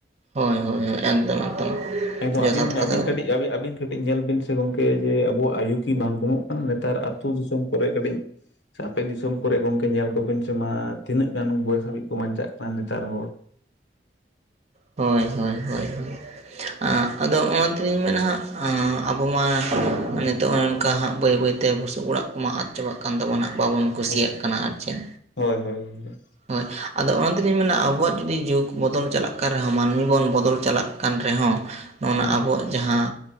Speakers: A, on the right (about 40°); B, on the left (about 80°).
A: ᱦᱳᱭ ᱦᱳᱭ ᱮᱠᱫᱚᱢ ᱮᱠᱫᱚᱢ
B: ᱮᱠᱫᱚᱢ
A: ᱡᱚᱛᱷᱟᱛ
B: ᱟᱹᱵᱤᱱ
A: ᱠᱟᱛᱷᱟ
B: ᱟᱹᱵᱤᱱ ᱠᱟᱹᱴᱤᱡ
A: ᱫᱚ
B: ᱟᱹᱵᱤᱱ ᱠᱟᱹᱴᱤᱡ ᱧᱮᱞ ᱵᱤᱱ ᱥᱮ ᱜᱚᱝᱠᱮ ᱡᱮ ᱟᱵᱚᱣᱟᱜ ᱟᱭᱩ ᱠᱤ ᱵᱟᱝ ᱠᱚᱢᱚᱜ ᱠᱟᱱᱟ ᱱᱮᱛᱟᱨ ᱟᱹᱛᱩᱳ ᱫᱤᱥᱚᱢ ᱠᱚᱨᱮ ᱠᱟᱹᱴᱤᱡ ᱥᱮ ᱟᱯᱮ ᱫᱤᱥᱚᱢ ᱠᱚᱨᱮ ᱜᱚᱝᱠᱮ ᱧᱮᱞ ᱠᱚᱵᱤᱱ ᱥᱮ ᱢᱟ ᱛᱤᱱᱟᱹᱜ ᱜᱟᱱ ᱵᱚᱭᱮᱥ ᱦᱟᱹᱵᱤᱡ ᱠᱚ ᱵᱟᱧᱪᱟᱜ ᱠᱟᱱᱟ ᱱᱮᱛᱟᱨ ᱦᱚᱲ
A: ᱦᱳᱭ ᱦᱳᱭ ᱦᱳᱭ ᱟᱸ ᱟᱫᱚ ᱚᱱᱟ ᱛᱮᱞᱤᱧ ᱢᱮᱱᱟ ᱦᱟᱸ ᱟᱵᱚ ᱢᱟ ᱱᱤᱛᱚᱜ ᱚᱱᱠᱟ ᱦᱟᱸᱜ ᱵᱟᱹᱭ ᱵᱟᱹᱭᱛᱮ ᱛᱮ ᱵᱩᱥᱩᱵ ᱚᱲᱟᱜ ᱠᱚᱢᱟ ᱟᱫ ᱪᱟᱵᱟᱜ ᱠᱟᱱ ᱛᱟᱵᱚᱱᱟᱜ ᱦᱟᱜ ᱵᱟᱵᱚᱱ ᱠᱩᱥᱤᱭᱟᱜ
B: ᱦᱳᱭ
A: ᱠᱟᱱᱟ ᱟᱨ ᱪᱮᱫ
B: ᱦᱳᱭ ᱦᱳᱭ ᱜᱚᱝᱠᱮ
A: ᱦᱳᱭ ᱟᱫᱚ ᱚᱱᱟᱛᱮᱞᱤᱧ ᱢᱮᱱᱟ ᱟᱵᱚᱣᱟᱜ ᱡᱩᱫᱤ ᱡᱩᱜᱽ ᱵᱚᱫᱚᱞ ᱪᱟᱞᱟᱜ ᱠᱟᱱ ᱨᱮᱦᱚᱸ ᱢᱟᱹᱱᱢᱤ ᱵᱚᱱ ᱵᱚᱫᱚᱞ ᱪᱟᱞᱟᱜ ᱠᱟᱱ ᱨᱮᱦᱚᱸ ᱱᱚᱜᱱᱟ
B: ᱦᱮᱸ
A: ᱟᱵᱚᱣᱟᱜ ᱡᱟᱦᱟᱸ